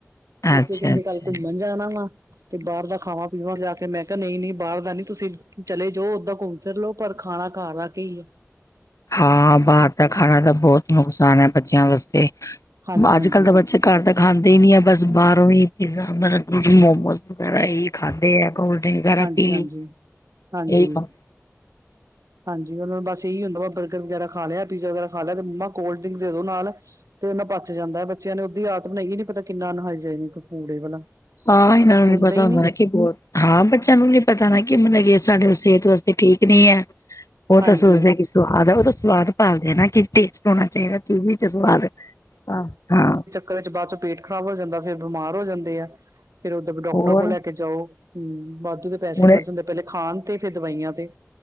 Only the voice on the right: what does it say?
ਬੱਚੇ
ਕੈਂਦੇ
ਕਾੱਲ ਘੁੰਮਣ ਜਾਣਾ ਵਾ ਤੇ ਬਾਰ ਦਾ ਖਾਵਾਂ ਪੀਵਾਂ ਜਾ ਕੇ। ਮੈਂ ਕਿਆ ਨਈ ਨੀ ਬਾਰ ਦਾ ਨੀ ਤੁਸੀ ਚਲੇ ਜਾਓ ਓਦਾਂ ਘੁੰਮ ਫਿਰ ਲੋੋ ਪਰ ਖਾਣਾ ਘਰ ਆ ਕੇ ਈ ਐ।
ਹਾਂਜੀ
ਹਾਂਜੀ
ਹਾਂਜੀ
ਹਾਂਜੀ
ਹਾਂਜੀ
ਹਾਂਜੀ ਓਨਾਂ ਨੂੰ ਬਸ ਏਹੀ ਹੁੰਦਾ ਵਾ ਬਰਗਰ ਵਗੈਰਾ ਖਾ ਲੇਐ, ਪੀਜ਼ਾ ਵਗੈਰਾ ਖਾ ਲੇਐ ਤੇ ਮੰਮਾ ਕੋਲਡ ਡਰਿੰਕ ਦੇ ਦੋ ਨਾਲ। ਤੇ ਓ ਨਾ ਪਚ ਜਾਂਦੈ ਬੱਚਿਆਂ ਨੇ ਓਦਾਂ ਈ ਆਦਤ ਬਨਾਈ ਹੋਈ ਐ। ਐ ਨੀ ਪਤਾ ਕਿੰਨਾ ਅਨਹਾਈਜੈਨਿਕ ਫੂਡ ਐ ਵਾਲਾ।
ਸੁਣਦਾ
ਹੀ
ਹਾਂਜੀ
ਕਦੇ 'ਚ ਬਾਦ 'ਚੋਂ ਪੇਟ ਖ਼ਰਾਬ ਹੋ ਜਾਂਦਾ ਫਿਰ ਬਿਮਾਰ ਹੋ ਜਾਂਦੇ ਐ। ਫੇਰ ਓਦਰ ਬ ਡਾਕਟਰ
ਕੋਲ ਲੈ ਕੇ ਜਾਓ। ਹੂੰ, ਵਾਧੂ ਦੇ ਪੈਸੇ
ਖਰਚ ਹੁੰਦੇ, ਪੈਲੇ ਖਾਨ ਤੇ ਫਿਰ ਦਵਾਈਆਂ ਤੇ।